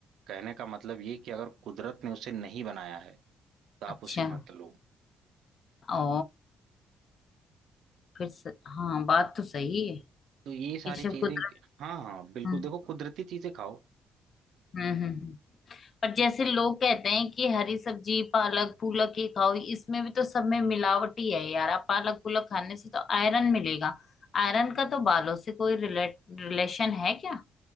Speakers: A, on the right (about 75°); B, on the left (about 50°).
A: कहने का मतलब ये कि अगर कुदरत ने उसे नहीं बनाया है तो आप
B: अच्छा
A: उसे मत लो
B: ओ फिर स... हाँ बात तो सही है
A: तो ये सारी
B: कि जब
A: चीजें
B: कुदरत
A: कि- हाँ हाँ बिल्कुल
B: हम्म
A: देखो कुदरती चीजें खाओ
B: हम्म हम्म। पर जैसे लोग कहते हैं कि हरी सब्जी पालक पुलक ही खाओ इसमें भी तो सब में मिलावट ही है यार आप पालक पुलक खाने से तो आयरन मिलेगा आयरन का तो बालों से कोई रिलेट रिलेशन है क्या